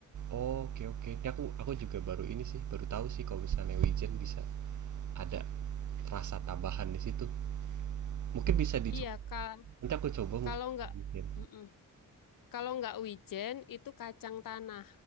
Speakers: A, on the right (about 60°); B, on the left (about 85°).
A: Oh, oke oke. Ini aku aku juga baru ini sih, baru tahu sih kalau misalnya wijen bisa ada rasa tambahan di situ. Mungkin bisa dicoba.
B: Iya, Kak.
A: Nanti aku coba mungkin.
B: Kalau nggak,
A: wijen.
B: mm-mm. Kalau nggak wijen itu kacang tanah.